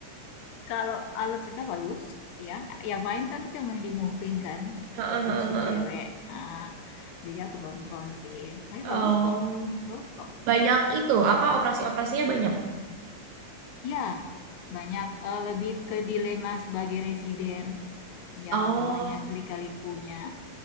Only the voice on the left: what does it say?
Kalau alur cerita bagus, ya. Yang main kan itu yang main di Moving kan,
itu
si
cewek. Ah, jadi aku nonton sih. Tapi
bagus kok. Bagus kok.
Ya, banyak eh, lebih ke dilema sebagai residen yang
banyak lika-likunya.